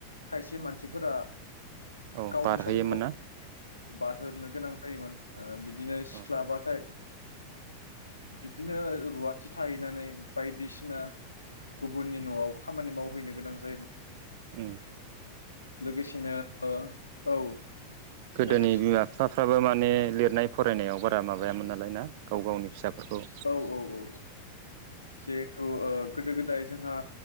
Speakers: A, on the left; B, on the right.
A: खायसे मानसिफोरा
B: औ
A: गावनि
B: बारहयोमोनना
A: समखौ बारहोनो गोनां जायोमोन बिदिनो सिख्लाबाथाय
B: औ
A: बिदिनो रुवाथि थाहैनानै बायदिसिना गुबुननि न'आव खामानि मावहैनो गोनां जायोमोन।
B: उ
A: लोगोसेनो औ
B: गोदोनि
A: बायदिसिना
B: बिमा बिफाफ्राबो माने लिरनाय फरायनायाव बारा माबायामोन नालाय ना? गाव गावनि फिसाफोरखौ
A: औ औ जिहेथु गोदो गोदाय जोंहा